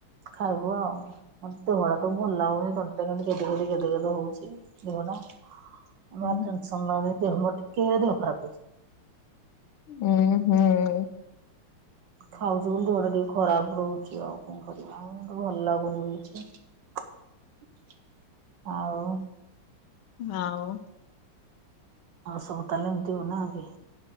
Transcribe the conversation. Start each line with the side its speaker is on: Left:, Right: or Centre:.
Right: ଖାଇବୁ ଆଉ <unintelligible> ମତ <unintelligible> ଦଡା ତୁ ଭଲ ଲାଗଉନି ତଣ୍ଡି ଟା କେମିତି କେତେ କେତେ କେତେ କେତେ ହଉଛି ଯିବନ <unintelligible> ଦି ଟା ଆମ
Left: ଉଁ
Right: ଟେସନ <unintelligible> ଲାଗର ଟିକେ ଦେହ ଖରାପ ହୋଇଯାଏ
Left: ହୁଁ ହୁଁ।
Right: ଖାଉଛି ବୋଲି ଦେହ ଟା ଟିକେ ଖରାପ ରହୁଛି ଆଉ କଣ କରିବା <unintelligible> ଭଲ ଲାଗୁ <unintelligible> ବନ ରଛି ଆଉ <unintelligible>
Left: ଆଉ ।
Right: ଆଉ ସବୁ ତାଲେ <unintelligible> ଏମତିଉନା କି